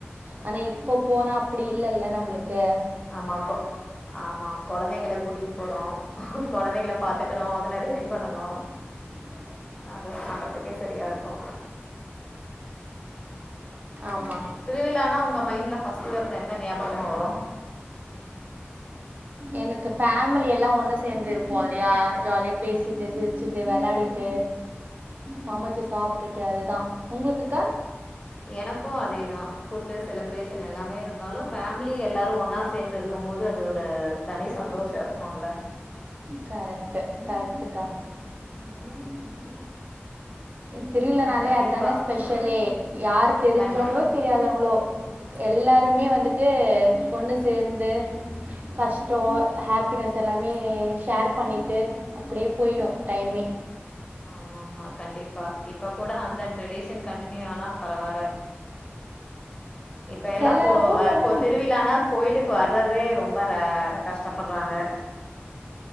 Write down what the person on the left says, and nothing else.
ஆமாக்கோ ஆமா கொழந்தைங்கள கூட்டிட்டு போறோ கொழந்தைங்கள பாத்துக்கணு அவங்கள ரெடி பண்ணணு
அது பண்றதுக்கே சரியா இருக்கு
திருவிழானா ஒங்க மைண்ட்ல பஸ்ட் வர்றது எந்த ஞாபகமா வரு
எனக்கு அதேதா ஃபுட்டு செலிப்ரேஷன் எல்லாமே இருந்தாலு ஃபேமிலி எல்லாரு ஒன்னா சேந்து இருக்கும் போது அது ஒரு தனி சந்தோஷ இருக்குல்ல
ஆ கண்டிப்பாக
கண்டி
ஆமா ஆமா கண்டிப்பா இப்ப கூட அந்த ட்ரெடிஷன் கண்டினியூ ஆனா பரவால்ல இப்ப எல்லா
கோ
அ கோ திருவிழானா கோயிலுக்கு வர்றதே ரொம்ப ர கஷ் டப்பறாங்க